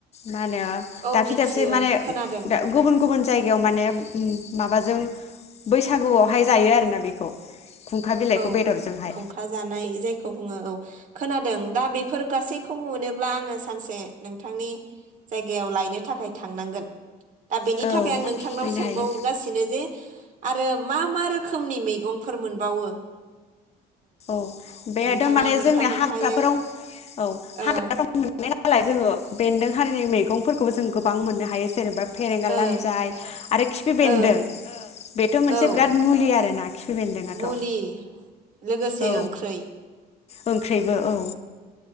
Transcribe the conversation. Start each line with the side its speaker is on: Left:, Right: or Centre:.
Left: माहोनो
Right: औ
Left: दाबसे
Right: मिथियो
Left: दाबसे माने
Right: खोनादों
Left: गुबुन गुबुन जाय गायाव माने माबाजों बैसागुआवहाय जायो आरोना बेखौ। खुंखा बिलाइखौ
Right: औ
Left: बेदरजोंहाय।
Right: खुंखा जानाय जायखौ बुङो औ खोनादों दा बेफोर गासैखौबो मोनोब्ला आङो सानसे। नोंथांनि जायगायाव लायनो थाखाय थांनांगोन। दा बेनि
Left: औ
Right: थाखाय आं नोंथांनाव
Left: फैनो
Right: सोंबावगासिनो
Left: हायो
Right: जे आरो मा मा रोखोमनि मैगंफोर मोनबावो।
Left: औ बेद'माने
Right: नोंथाङा मोनफा
Left: जोंनि
Right: मोनफायै
Left: हाग्राफोराव औ हाग्रा
Right: ओ
Left: दं मोननाय नालाय जोङो। बेन्दों हारिनि मैगंफोरखौबो जों गोबां मोननो हायो जेनेबा। फेरेंगा लान्जाय
Right: ओ
Left: आरो खिफि बेन्दों
Right: ओ
Left: बेथ' मोनसे
Right: औ
Left: बिराद मुलि आरोना खिफि बेन्दोंआथ'।
Right: मुलि लोगोसे
Left: औ
Right: ओंख्रै
Left: ओंख्रैबो औ।